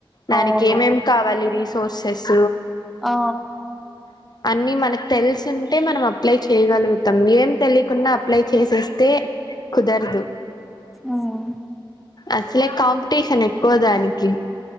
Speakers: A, on the left; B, in the centre.
A: దానికి
B: అవును
A: ఏమేం కావాలి తీసుకో సోర్సెస్
B: ఆ
A: అన్నిీ మనకు తెలిసుంటే మనం అప్ అప్లై చేయగలుగుతాం ఏం తెలియకుంన్నా అప్లై చేసేస్తే కుదరదు
B: ఉమ్
A: అసలే కాంప్ టీషన్ ఎక్కువ దానికి.